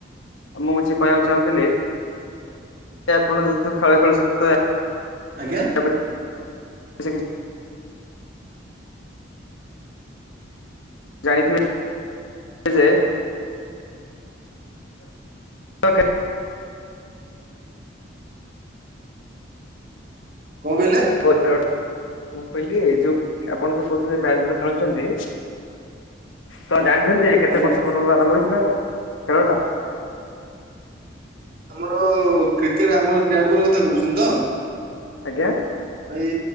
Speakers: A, on the left; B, on the right.
A: ମୁଁ କିଛି କହିବାକୁ ଚାହୁଁଥିଲି ତେ ଆପଣ ଯେହେତୁ ଖେଳ ଖେଳୁଚନ୍ତି ତ
B: ଆଜ୍ଞା।
A: ୟା ବିଷୟରେ କିଛି ଜାଣିଥିବେ ଯେ ତ କେ
B: କଣ କହିଲେ?
A: ବଛଡ଼ <unintelligible> ମୁଁ କହିଲି ଏ ଯୋଉ ଆପଣ ଯୋଉ କହୁଛନ୍ତି ବ୍ୟାଟ ବଲ ଖେଳୁଛନ୍ତି ତ ଜାଣିଛନ୍ତି କେତେ
B: ଆଜ୍ଞା।
A: ବର୍ଷ ପୂର୍ବରୁ ଆରମ୍ଭ ହେଇଥିଲା ଆବ ଖେଳ ଟା?
B: ଆମର କ୍ରିକେଟ ଆମର ବ୍ୟାଟ୍ ବଲ୍ କଥା କହୁଛନ୍ତି ତ?
A: ଆଜ୍ଞା।
B: ଭାଇ